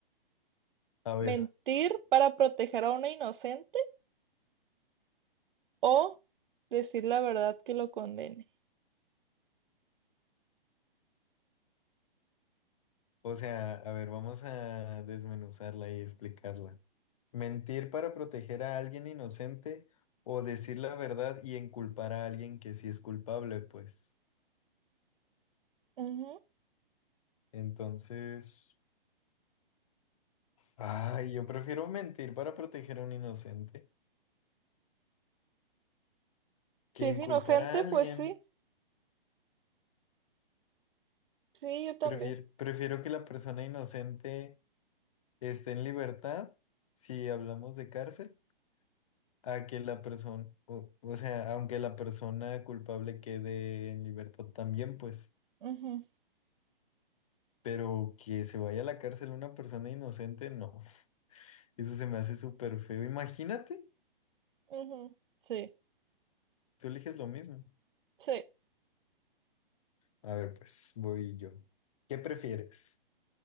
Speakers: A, on the left; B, on the right.
A: A ver,
B: ¿Mentir para proteger a una inocente o decir la verdad que lo condene?
A: o sea, a ver, vamos a desmenuzarla y explicarla. Mentir para proteger a alguien inocente o decir la verdad y enculpar a alguien que sí es culpable, pues.
B: Ujú.
A: Entonces, ay, yo prefiero mentir para proteger a un inocente
B: Si
A: que
B: es
A: enculpar
B: inocente,
A: a alguien.
B: pues sí, sí, yo también.
A: Prefiero, prefiero que la persona inocente esté en libertad, si hablamos de cárcel, a que la persona, o, o sea, aunque la persona culpable quede en libertad también, pues,
B: Ujú,
A: pero que se vaya a la cárcel una persona inocente, no, eso se me hace súper feo. Imagínate,
B: ujú, Sí,
A: tú eliges lo mismo.
B: sí.
A: A ver, pues, voy yo. ¿Qué prefieres?